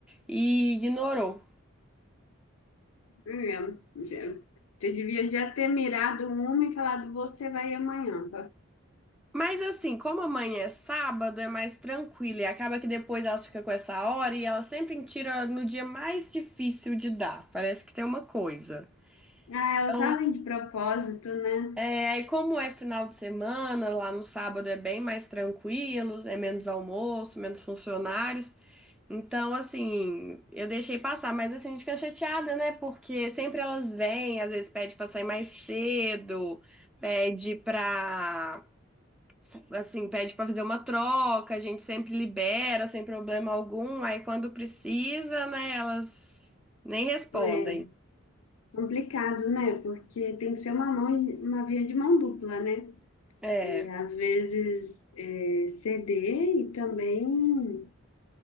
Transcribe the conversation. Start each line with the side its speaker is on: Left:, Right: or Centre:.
Centre: e ignorou.
Left: É, já- você devia já ter mirado uma e falado, você vai amanhã.
Centre: Mas assim, como amanhã é sábado, é mais tranquilo e acaba que depois ela fica com essa hora e ela sempre tira no dia mais difícil de dar. Parece que tem uma coisa.
Left: Ah, elas
Centre: Então,
Left: fazem de propósito, né?
Centre: é, aí como é final de semana, lá no sábado é bem mais tranquilo, é menos almoço, menos funcionários. Então, assim, eu deixei passar, mas assim, a gente fica chateada, né? Porque sempre elas vêm, às vezes pede pra sair mais cedo, pede pra, assim, pede pra fazer uma troca, a gente sempre libera sem problema algum, aí quando precisa, né, elas nem respondem.
Left: É complicado, né? Porque tem que ser uma mão, uma via de mão dupla, né?
Centre: É,
Left: É, às vezes é, ceder e também,